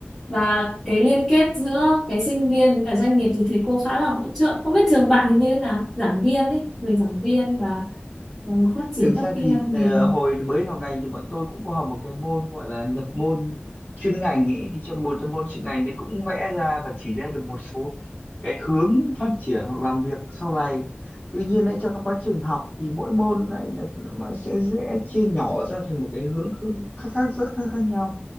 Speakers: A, in the centre; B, on the left (about 35°).
A: và cái liên kết giữa cái sinh viên với cả doanh nghiệp thì thầy cô khá là hỗ trợ không biết trường bạn thì như thế nào giảng viên ấy về giảng viên và ờ, phát triển
B: Thực
A: các
B: ra
A: kỹ
B: thì
A: năng mềm
B: ờ, hồi mới vào ngành thì bọn tôi cũng có học một cái môn gọi là nhập môn chuyên ngành ấy thì trong một trong môn chuyên ngành đấy cũng vẽ ra và chỉ ra được một số cái hướng phát triển hoặc làm việc sau này. Tuy nhiên ấy, trong quá trình học thì mỗi môn này nó nó sẽ dễ chia nhỏ ra thành một cái hướng khác khác rất khác khác nhau